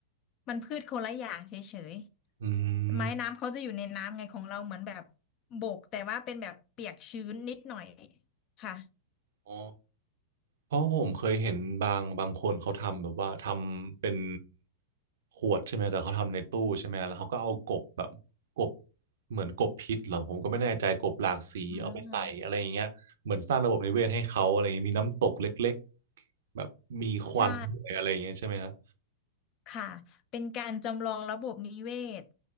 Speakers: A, on the left; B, on the right.
A: มันพืชโคนละอย่างเฉย
B: อื
A: ๆไม้น้ำเขาจะอยู่ในน้ำไงของเราเหมือนแบบ
B: ม
A: บกแต่ว่าเป็นแบบเปียกชื้นนิดหน่อยค่ะ
B: อ๋อเพราะผมเคยเห็นบางบางคนเขาทำแบบว่าทำเป็นขวดใช่ไหมแต่เขาทำในตู้ใช่ไหมแล้วเขาก็เอากบแบบกบเหมือนกบพิษเหรอผมก็ไม่แน่ใจกบหลากสีเอาไปใส่อะไรอย่างเงี้ยเหมือนสร้างระบบนิเวศให้เขาอะไรอย่างเงี้ยมีน้ำตกเล็กๆแบบมีควันด้วยอะไรอย่างเงี้ยใช่ไหมครับ
A: อ่าใช่ค่ะเป็นการจำลองระบบนิเวศ